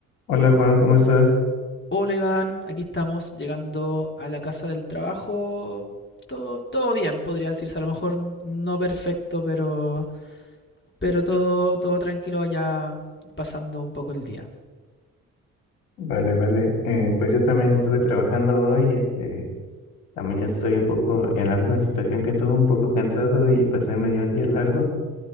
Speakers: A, on the left; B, on the left.
A: Hola Juan, ¿cómo estás?
B: Hola Iván, aquí estamos llegando a la casa del trabajo. Todo, todo bien, podría decirse. A lo mejor no perfecto, pero, pero todo, todo tranquilo ya pasando un poco el día.
A: Vale, vale. eh, pues yo también estuve trabajando hoy, este, también ya estoy un poco en la misma situación que tú, un poco cansado y pasé medio un día largo,